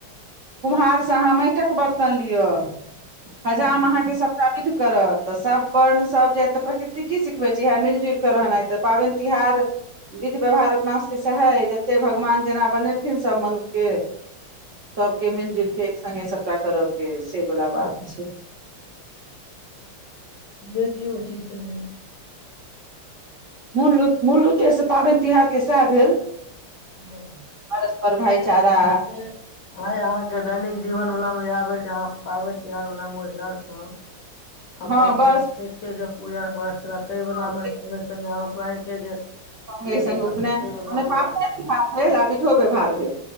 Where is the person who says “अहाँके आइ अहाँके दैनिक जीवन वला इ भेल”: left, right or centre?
Left